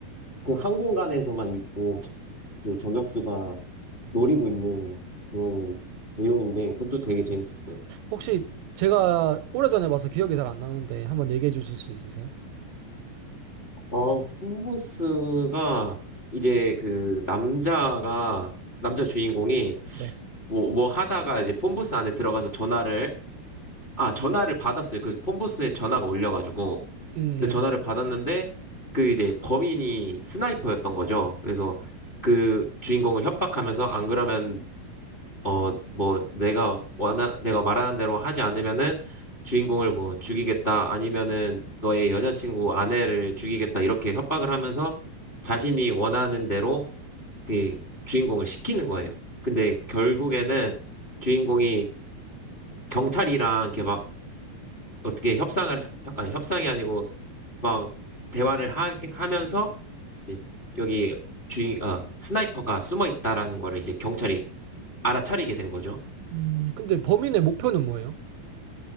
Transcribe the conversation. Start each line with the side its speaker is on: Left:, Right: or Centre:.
Left: 그 항공간에서만 있고 저- 그 저격수가 노리고 있는 그런 내용인데 그것도 되게 재밌었어요.
Right: 혹시 제가 오래전에 봐서 기억이 잘 안 나는데 한번 얘기해 주실 수 있으세요?
Left: 어, 홈모스가 이제 그 남자가 남자 주인공이
Right: 네.
Left: 뭐, 뭐 하다가 이제 폰부스 안에 들어가서 전화를 아 전화를 받았어요. 그 폰부스에 전화가 올려가지고
Right: 음,
Left: 근데
Right: 네.
Left: 전화를 받았는데 그 이제 범인이 스나이퍼였던 거죠. 그래서 그 주인공을 협박하면서 안 그러면 어, 뭐, 내가 원하, 내가 말하는 대로 하지 않으면은 주인공을 뭐 죽이겠다, 아니면은 너의 여자친구 아내를 죽이겠다, 이렇게 협박을 하면서 자신이 원하는 대로 그 주인공을 시키는 거예요. 근데 결국에는 주인공이 경찰이랑 이렇게 막 어떻게 협상을, 협- 아니, 협상이 아니고 막 대화를 하, 하면서 이제 여기 주인, 아, 스나이퍼가 숨어 있다라는 거를 이제 경찰이 알아차리게 된 거죠.
Right: 음, 근데 범인의 목표는 뭐예요?